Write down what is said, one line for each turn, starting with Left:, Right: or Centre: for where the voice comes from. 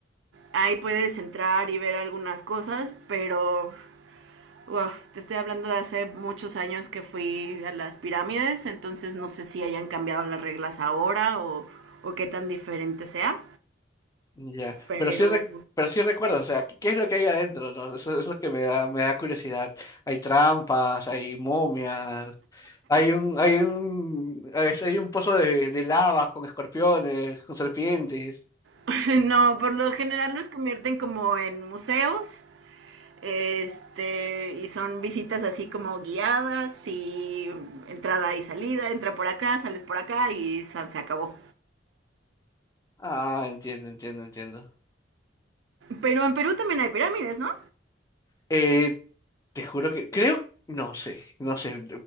Right: Ahí puedes entrar y ver algunas cosas, pero wow, te estoy hablando de hace muchos años que fui a las pirámides, entonces no sé si hayan cambiado las reglas ahora o, o qué tan diferente sea.
Left: Ya,
Right: Pero
Left: Pero sí, re- pero sí recuerdo, o sea, ¿qué, qué es lo que hay adentro? no? Eso, eso es lo que me da, me da curiosidad. Hay trampas, hay momias, hay un, hay un, a veces hay un pozo de, de lavas con escorpiones, con serpientes.
Right: <laughs> no, por lo general los convierten como en museos Este, y son visitas así como guiadas y entrada y salida, entra por acá, sales por acá y san, se acabó.
Left: Ah, entiendo, entiendo, entiendo.
Right: Pero en Perú también hay pirámides, ¿no?
Left: Eh, te juro que, creo, no sé, no sé,